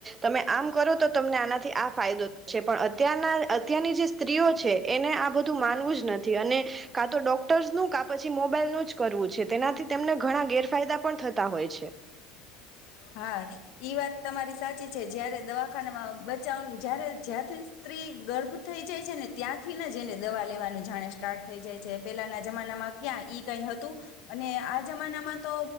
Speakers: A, on the right; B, on the left.
A: તમે આમ કરો તો તમને આનાથી આ ફાયદો છે પણ અત્યારના અત્યારની જે સ્ત્રીઓ છે એને આ બધું માનવું જ નથી અને, કા તો ડોક્ટર્સનું કા પછી મોબાઈલનું જ કરવું છે તેનાથી તેમને ઘણા ગેરફાયદા પણ થતા હોય છે.
B: હા ઈ વાત તમારી સાચી છે જયારે દવાખાનામાં બચાવ જય્યારે જ્યાંથી સ્ત્રી ગર્ભ થઈ જાય છે ને ત્યાંથી જ એને દવા લેવાનું જાણે સ્ટાર્ટ થઈ જાય છે પેલાના જમાનામાં ક્યાં ઈ કઈ હતું, અને આ જમાનામાં તો